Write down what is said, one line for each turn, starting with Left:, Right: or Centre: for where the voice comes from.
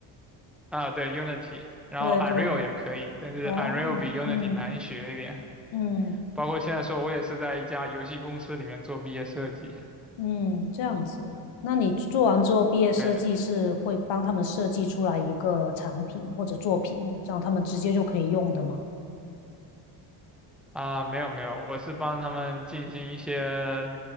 Centre: 啊，对 Unity，然后
Left: 对对，
Centre: Unreal 也可以，但是
Left: 哦，
Centre: Unreal 比 Unity
Left: 嗯
Centre: 难学一点，
Left: 嗯
Centre: 包括现在说我也是在一家游戏公司里面做毕业设计，
Left: 嗯，这样子。那你做完之后，毕业设计是会帮他们设计出来一个产品或者作品，
Centre: 对，
Left: 让他们直接就可以用的吗？
Centre: 啊，没有没有，我是帮他们进行一些